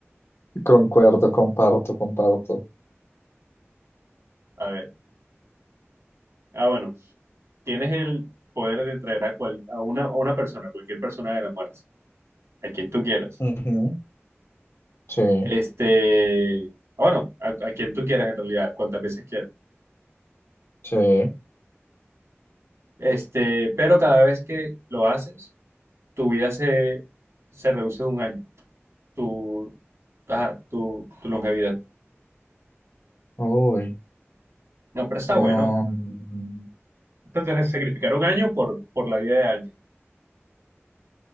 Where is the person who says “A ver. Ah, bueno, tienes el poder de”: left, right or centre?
Right